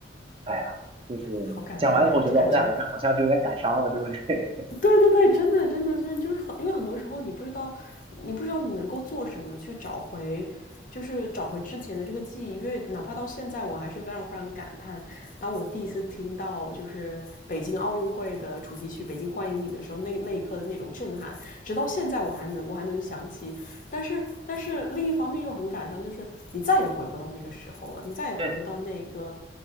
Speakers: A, on the right; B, on the left.
A: 哎呀，就是讲完以后，
B: 好感叹呀、
A: 觉得我们两个人好像就有点感伤了，
B: 就感觉
A: 对不对？
B: 对对对，真的真的真的就是很，因为很多时候你不知道，你不知道你能够做什么去找回，就是找回之前的这个记忆。因为哪怕到现在，我还是非常非常感叹，当我第一次听到就是北京奥运会的主题曲《北京欢迎你》的时候，那那一刻的那种震撼，直到现在我还能我还能想起。但是但是另一方面又很感伤，就是你再也回不到那个时候了，
A: <laughs>
B: 你再也回不到那个
A: 对，